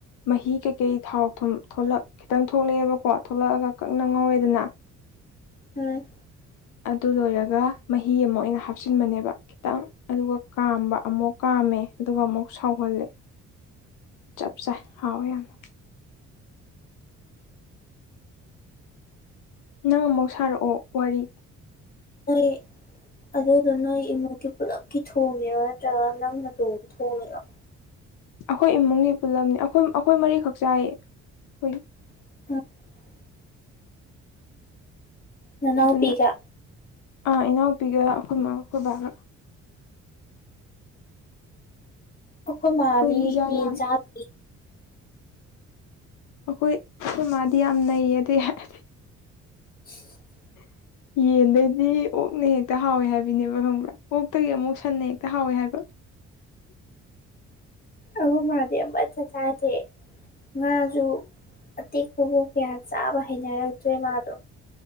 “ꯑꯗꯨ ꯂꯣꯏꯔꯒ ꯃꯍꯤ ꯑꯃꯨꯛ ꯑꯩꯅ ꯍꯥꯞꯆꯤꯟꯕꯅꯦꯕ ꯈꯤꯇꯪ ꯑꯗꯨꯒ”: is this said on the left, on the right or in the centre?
Left